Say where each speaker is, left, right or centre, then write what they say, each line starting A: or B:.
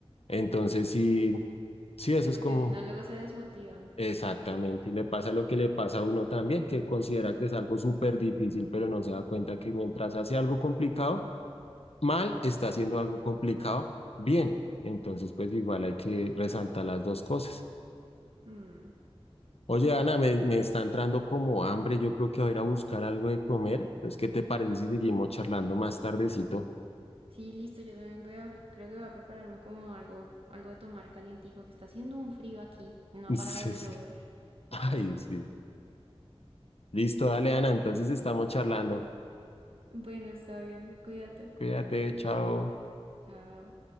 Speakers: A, on the left (about 70°); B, on the right (about 65°).
A: Entonces, sí, sí, eso
B: Sí,
A: es
B: porque
A: como
B: si no, luego se desmotivan.
A: exactamente, y le pasa lo que le pasa a uno también, que considera que es algo súper difícil, pero no se da cuenta que mientras hace algo complicado, mal, está haciendo algo complicado, bien. Entonces, pues igual hay que resaltar las dos cosas.
B: Mm.
A: Oye, Ana, me, me está entrando como hambre. Yo creo que voy a ir a buscar algo de comer. Entonces, ¿qué te parece si seguimos charlando más tardecito?
B: Sí, listo, yo también voy a, creo que voy a prepararme como algo, algo de tomar calientico, que está haciendo un frío aquí y no
A: <laughs>
B: ha
A: Sí,
B: parado de
A: sí.
B: llover.
A: Ay,
B: Entonces,
A: sí. Listo, dale, Ana. Entonces estamos charlando.
B: bueno, está bien, cuídate.
A: Cuídate, chao.
B: Chao.